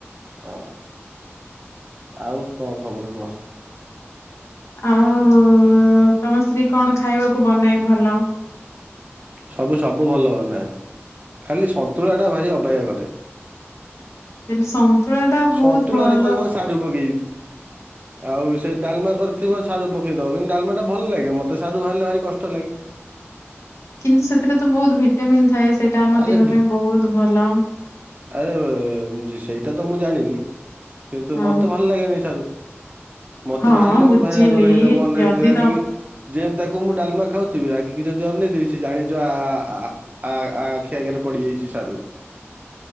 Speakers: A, on the right; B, on the left.
A: ହ ଆଉ କଣ ଖବର କୁହ?
B: ଆଉ ତମ ସ୍ତ୍ରୀ କଣ ଖାଇବାକୁ ବନାଏ ଭଲ।
A: ସବୁ ସବୁ ଭଲ ବନାଏ ଖାଲି ସନ୍ତୁଳା ଟା ଭାରି ଅବାଗିଆ କରେ।
B: ହେଲେ ସନ୍ତୁଳା ଟା ବହୁତ
A: ସନ୍ତୁଳାରେ
B: ଭଲ।
A: କହିବ ସାରୁ ପକେଇବି ଆଉ ସେ ଡାଲମା କରିଥିବ ସାରୁ ପକେଇଦବ କିନ୍ତୁ ଡାଲମା ଟା ଭଲ ଲାଗେ ମତେ ସାରୁ ବାହାରିଲେ ଭାରି କଷ୍ଟ ଲାଗେ।
B: କିନ୍ତୁ ସେଥିରେ ତ ବହୁତ ଭିଟାମିନ୍। ଥାଏ ସେଇଟା ଆମ
A: ଆରେ
B: ଦେହ
A: ବ
B: ପାଇଁ ବହୁତ ଭଲ।
A: ଆରେ ସେଇଟା ତ ମୁଁ ଜାଣିନି। କିନ୍ତୁ
B: ହଁ
A: ମତେ ଭଲ ଲାଗେନି ସାରୁ। ମତେ
B: ହଁ
A: ବାହାରିଲେ
B: ବୁଝିଲି
A: ମତେ ଭାରି ରାଗ ଲାଗେ ତାକୁ ଅନାଏ
B: ଯଦି
A: ଏମିତି ରାଗିକି
B: ତ
A: ଯେମିତି ତାକୁ ମୁଁ ଡାଲମା ଖାଉଥିବି ରାଗିକି ଯଦି ଅନେଇ ଯଦି ବେଶୀ ଜାଣିଚ ଆ ଆ ଆ ଆ। ଆଖି ଆଗରେ ପଡିଯାଇଚି ସାରୁ।